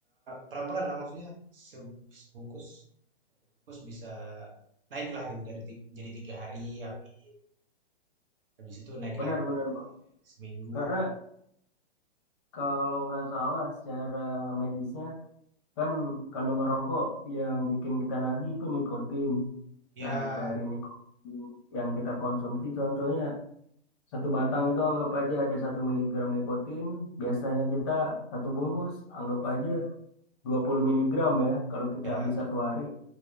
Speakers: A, on the right; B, on the left.
A: pelan-pelan lah maksudnya se- sebungkus satu bungkus bisa naik lah gitu dari ti- jadi tiga hari habis habis itu naik
B: Benar-benar,
A: lagi
B: Bang.
A: seminggu
B: Karena kalau nggak salah secara medisnya kan kandungan rokok yang bikin kita nagih itu nikotin.
A: ya
B: Nah, dari nikotin yang kita konsumsi contohnya satu batang itu anggap aja ada satu miligram nikotin. Biasanya kita satu bungkus anggap aja 20 miligram ya kalau kita
A: ya
B: habis satu hari.